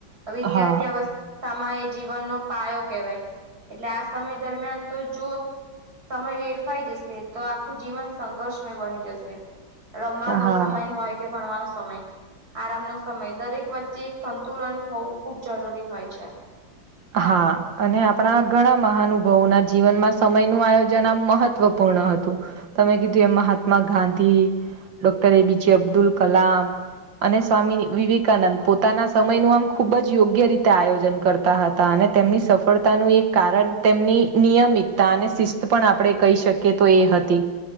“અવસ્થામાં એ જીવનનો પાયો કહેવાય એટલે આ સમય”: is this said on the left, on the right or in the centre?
Right